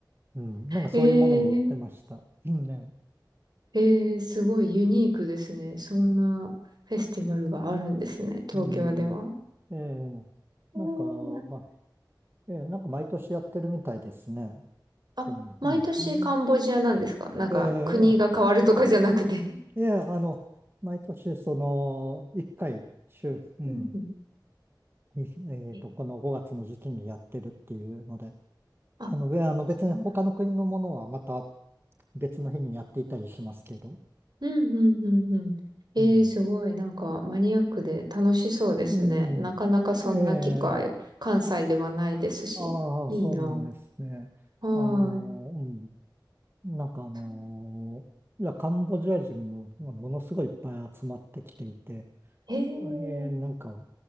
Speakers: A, on the right; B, on the right.
A: うん、なんかそういうものも売ってました。
B: えー、
A: ねうんね、
B: えー、すごいユニークですね。そんなフェスティバルがあるんですね、東京では。
A: うん、うん、ええ、
B: えー
A: なんか、まあええ、なんか毎年やってるみたいですね。
B: あ、
A: こんうん。
B: 毎年カンボジアなんですかなんか国が変わるとかじゃなくて。
A: ええ、ええ、あの、毎年その、一回、週、うん、
B: うんうん。
A: いえっと、
B: え
A: この5月の時期にやってるっていうので、
B: あ、
A: あの、えあの別に他の国のものはまた
B: そうなん。
A: 別の日にやっていたりしますけど。
B: うんうんうんうん。ええすごい、
A: うん。
B: なんかマニアックで楽しそうですね。
A: うん、
B: なかなかそんな機会、
A: うんええ、
B: 関西ではないですし。
A: ああ、
B: いいな。
A: そうなんですね。
B: はーい。
A: あの、うん、なんかあの、
B: そ
A: いや、カンボジア人もものすごいいっぱい集まってきていて、
B: へえ。
A: あえー、なんか、